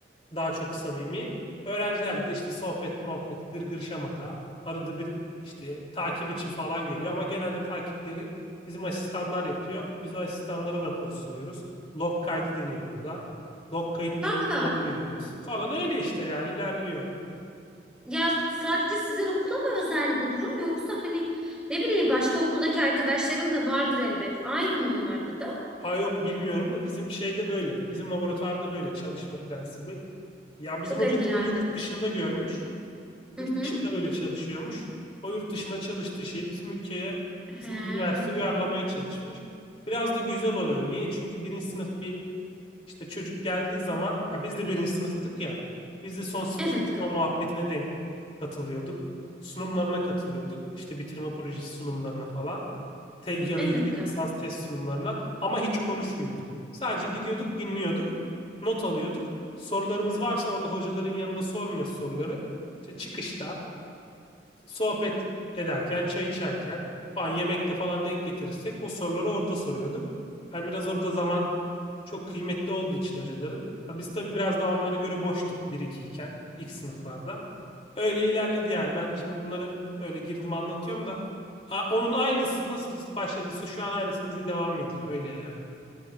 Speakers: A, on the left (about 35°); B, in the centre.
A: daha çok samimi. Öğrencilerle de işte sohbet, muhabbet, gırgır şamata. Arada bir işte takip için falan geliyor ama genelde takipleri bizim asistanlar yapıyor. Biz o asistanlara rapor sunuyoruz. Log kaydı deniyor burada. Log kayıtlarını
B: Kanka.
A: onlara veriyoruz. Falan öyle işte yani ilerliyor.
B: Ya sadece sizin okula mı özel bu durum yoksa hani ne bileyim başka okuldaki arkadaşların da vardır elbet. Aynı mı onlarda da?
A: Ha yok bilmiyorum da bizim şeyde böyle. Bizim laboratuvarda böyle çalışma prensibi. Ya
B: Çok
A: bizim hoca
B: etkilendim.
A: da bunu yurt dışında görmüş.
B: Hı
A: Yurt
B: hı.
A: dışında böyle çalışıyormuş. O yurt dışında çalıştığı şeyi bizim ülkeye,
B: He.
A: bizim üniversite uyarlamaya çalışmış. Biraz da güzel oluyor. Niye? Çünkü birinci sınıf bir işte çocuk geldiği zaman ya biz de birinci sınıftık ya. Biz de son sınıfın
B: Evet kanka.
A: o muhabbetine denk katılıyorduk. Sunumlarına katılıyorduk. İşte bitirme projesi sunumlarına falan te ya
B: Evet
A: da yüksek
B: kanka.
A: lisans test sunumlarına ama hiç konuşmuyorduk. Sadece gidiyorduk, dinliyorduk, not alıyorduk. Sorularımız varsa orada hocaların yanında sormuyoruz soruları. İşte çıkışta, sohbet ederken, çay içerken falan yemekte falan denk getirirsek o soruları orada soruyorduk. Yani biraz orada zaman çok kıymetli olduğu için hocaların. Biz tabii biraz daha onlara göre boştuk bir 2 iken ilk sınıflarda. Öyle ilerledi yani. Ben de şimdi bunları öyle girdim anlatıyorum da onun aynısı nasıl başladıysa şu an aynısı bizde devam ediyor. Öyle yani.